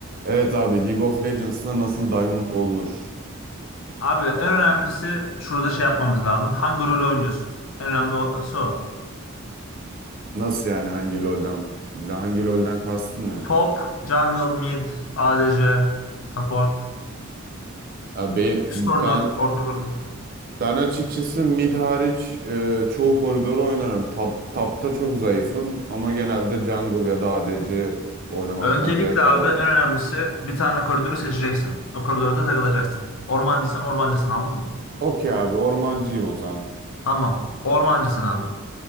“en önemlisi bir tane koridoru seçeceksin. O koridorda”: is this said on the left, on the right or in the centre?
Left